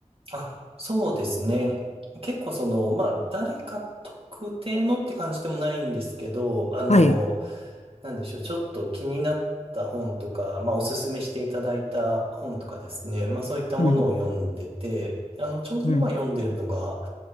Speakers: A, on the right; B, on the left.
A: あ、そうですね。結構その、まあ、誰か特定のって感じでもないんですけど、あの、
B: はい。
A: なんでしょう、ちょっと気になった本とか、まあ、おすすめしていただいた本とかですね、まあ、そういったものを読んでて、
B: うん、
A: あの、ちょうど今読んでるのが、
B: うん、